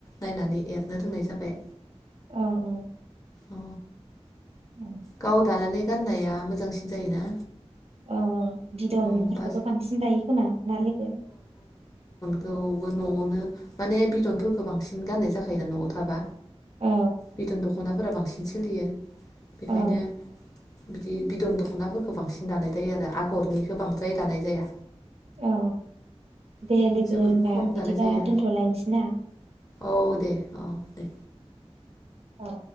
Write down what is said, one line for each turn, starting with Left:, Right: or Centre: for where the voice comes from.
Left: नायनानै एरनो रोंनाय जाबाय।
Right: औ औ
Left: अ
Right: औ
Left: गाव दानानै गाननाया मोजांसिन जायोना
Right: औ बिदनफोरखौथ'
Left: औ बाज
Right: बांसिन दायो खोमा ना लोगो
Left: खौबो न'आवनो माने बिदनफोरखौ बांसिन गाननाय जाखायोना न'आव थाबा
Right: औ
Left: बिदन दख'ना फोरा बांसिन सोलियो। बेखायनो
Right: औ
Left: बिदि बिदन दख'नाफोरखौ बांसिन दानाय जायो आरो आगरनिखौ बांद्राय दानाय जाया।
Right: औ औ दे
Left: जोबोद
Right: लोगो होमबा
Left: खम
Right: बिदिबा
Left: दानाय जायो
Right: दोनथ'लायनोसै ना
Left: औ दे औ दे
Right: औ औ